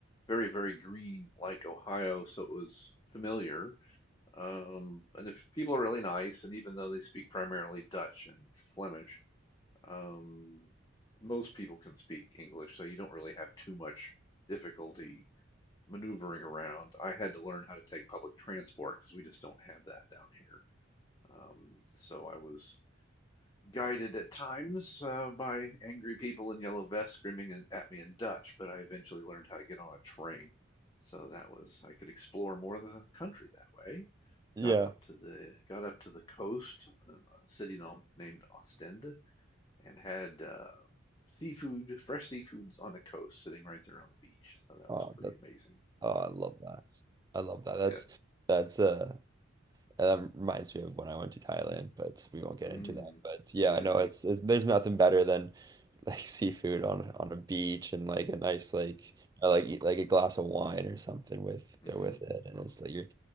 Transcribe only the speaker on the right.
Yeah.
Oh,
that's
oh, I love that. I love that. That's
that's uh And That reminds me of when I went to Thailand, but we won't get
into that. But yeah,
no, it's, it's there's nothing better than like <laughs> seafood on on a beach and like a nice like I like eat like a glass of wine or something with
with it, and it's like you're